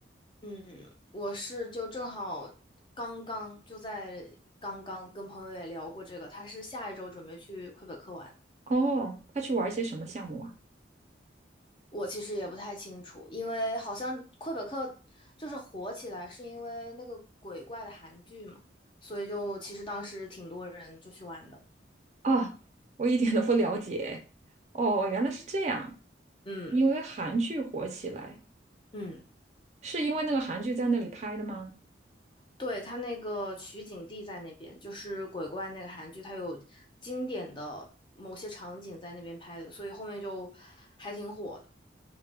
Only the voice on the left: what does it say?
嗯，我是就正好刚刚就在刚刚跟朋友也聊过这个，他是下一周准备去魁北克玩。
我其实也不太清楚，因为好像魁北克就是火起来是因为那个鬼怪的韩剧嘛，所以就其实当时挺多人就去玩的。
嗯
嗯，
对，他那个取景地在那边，就是鬼怪那个韩剧，他有经典的某些场景在那边拍的，所以后面就还挺火的。